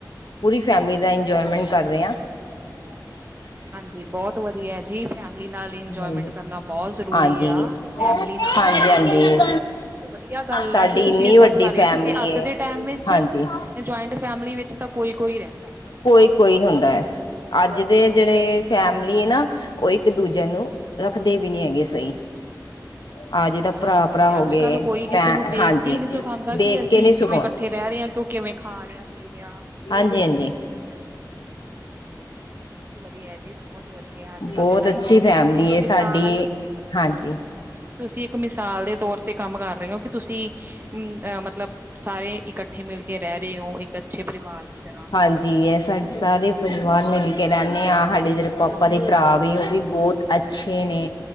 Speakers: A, on the left; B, on the right.
A: ਪੂਰੀ ਫੈਮਲੀ ਦਾ ਇੰਜੋਏਮੈਂਟ ਕਰ ਰਹੇ ਹਾ।
B: <inaudible> ਹਾਂਜੀ ਬਹੁਤ ਵਧੀਆ ਜੀ ਫੈਮਿਲੀ ਨਾਲ ਇੰਜੋਏਮੈਂਟ
A: ਹਾਂਜੀ
B: ਕਰਨਾ ਬਹੁਤ ਜ਼ਰੂਰੀ
A: ਹਾਂਜੀ
B: ਆ ਫੈਮਿਲੀ ਨਾਲ-
A: ਹਾਂਜੀ
B: ਰਹਿਣਾ
A: ਹਾਂਜੀ
B: ਬਹੁਤ ਬਹੁਤ ਵਧੀਆ ਗੱਲ
A: ਸਾਡੀ
B: ਹੈ ਕਿ
A: ਇੰਨੀ
B: ਤੁਸੀਂ ਇਹ ਸਭ
A: ਵੱਡੀ
B: ਕਰ ਰਹੇ
A: ਫੈਮਿਲੀ
B: ਹੋ ਕਿਉਂਕਿ ਅੱਜ
A: ਹੈ
B: ਦੇ ਟਾਈਮ ਵਿੱਚ-
A: ਹਾਂਜੀ
B: ਇਹ ਜੁਆਇੰਟ ਫੈਮਿਲੀ ਵਿੱਚ ਤਾਂ ਕੋਈ-ਕੋਈ ਰਹਿੰਦਾ।
A: ਕੋਈ-ਕੋਈ ਹੁੰਦਾ ਹੈ ਅੱਜ ਦੇ ਜਿਹੜੇ ਫੈਮ ਨਾ ਉਹ ਇੱਕ ਦੂਜੇ ਨੂੰ ਰੱਖਦੇ ਵੀ ਨੀ ਹੈਗੇ ਸਹੀ ਆ ਜਿਦਾ ਭਰਾ
B: ਹਾਂਜੀ
A: ਭਰਾ ਹੋ
B: ਅੱਜ
A: ਗਏ
B: ਕੱਲ ਕੋਈ ਕਿਸੇ
A: ਭੈਣ
B: ਨੂੰ ਦੇਖ
A: ਹਾਂਜੀ
B: ਕੇ ਨਹੀਂ ਸਿਖਾਉਂਦਾ
A: ਦੇਖ
B: ਕਿ ਅਸੀਂ
A: ਕੇ ਨੀ ਸਕੂਨ
B: ਕਿਵੇਂ ਇਕੱਠੇ ਰਹਿ ਰਹੇ ਹਾਂ ਤ ਕਿਵੇਂ ਖਾ ਰਿਹਾ ਪੀ ਰਿਹਾ
A: ਹਾਂਜੀ-ਹਾਂਜੀ!
B: ਹਾਂਜੀ ਹਾਂਜੀ ਚਲੋ ਜੀ ਬਹੁਤ ਵਧੀਆ ਜੀ ਬਹੁਤ ਵਧਿਆ ਅੱਜ ਕਲ
A: ਬਹੁਤ
B: ਦੇ ਟਮ
A: ਅੱਛੀ
B: ਵਿਚ
A: ਫੈਮਿਲੀ
B: ਤੁਸੀਂ ਇੱਕ
A: ਹੈ
B: ਮਿਸਾਲ
A: ਸਾਡੀ
B: ਹਾਂਜੀ-ਹਾਂਜੀ
A: ਹਾਂਜੀ
B: ਉਹ ਤੁਸੀਂ ਇੱਕ ਮਿਸਾਲ ਦੇ ਤੌਰ ਤੇ ਕੰਮ ਕਰ ਰਹੇ ਹੋ ਕਿ ਤੁਸੀਂ ਅਹ ਮਤਲਬ ਸਾਰੇ ਇਕੱਠ ਕਿੱਠੇ ਮਿਲ ਕੇ ਰਹਿ ਰਹੇ ਹੋ ਇੱਕ- ਅੱਛੇ ਪਰਿਵਾਰ ਦੀ ਤਰ੍ਹਾਂ
A: ਹਾਂਜੀ ਹੈ ਸਾਡੇ ਸਾਰੇ ਪਰਿਵਾਰ- ਬਾਹਰ ਮਿਲ ਕੇ ਰਹਿੰਣੇ ਹਾਂ ਸਾਡੇ ਜਿਹੜੇ ਪਾਪਾ ਦੇ ਭਰਾ ਵੇ ਉਹ ਵੀ ਬਹੁਤ ਅੱਛੇ ਨੇ